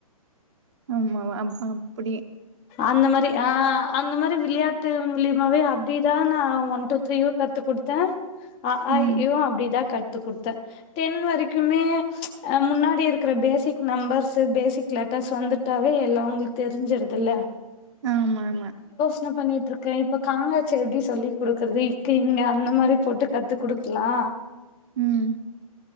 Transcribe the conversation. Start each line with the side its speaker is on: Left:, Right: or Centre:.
Right: ஆமாவா அப்ப அப்பிடி
Left: அந்த மாரி ஆ அந்த மாரி விளையாட் ட்டு மூலியமாவே அப்டிதா நா ஒன் டூ த்ரீயு கத்து குடுத்தே அ ஆ
Right: ம்
Left: இ ஈயு அப்டிதா க த்து குட்த்த டென் வரைக்குமே ச் முன்னாடி இருக்குற பேசிக் நம்பர்ஸு பேசிக் லெட்டர்ஸ் வந்து தாவே எல்லா அவ்ங்களுக் தெரிஞ்சுருதுல்ல
Right: ஆமா ஆமா
Left: ன்ன பண்ணிட்ருக்கே இப்ப காங்காட்சு எப்டி சொல்லி் குடுக்குறது இக்கு இங்கு அந்த மாரி போட்டு கத்து குடுக்லா
Right: ம்